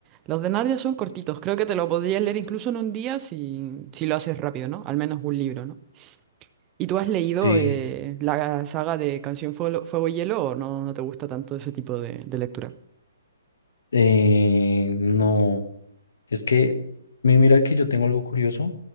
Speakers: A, on the right; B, on the left.
A: Los de Narnia son cortitos, creo que te lo podrías leer incluso en un día si, si lo haces rápido, ¿no? Al menos un libro, ¿no? ¿Y tú has leído
B: Sí,
A: eh, la saga de Canción Fuego, Fuego y Hielo o no, no te gusta tanto ese tipo de, de lectura?
B: Eh, no, es que mi- mira que yo tengo algo curioso